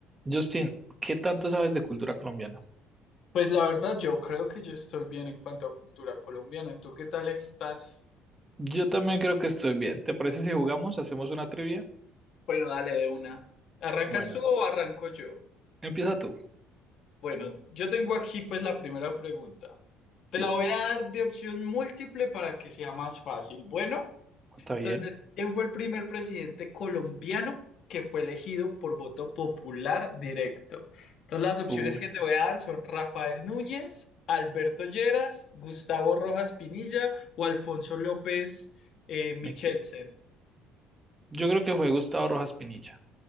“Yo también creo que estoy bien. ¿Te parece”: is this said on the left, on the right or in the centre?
Right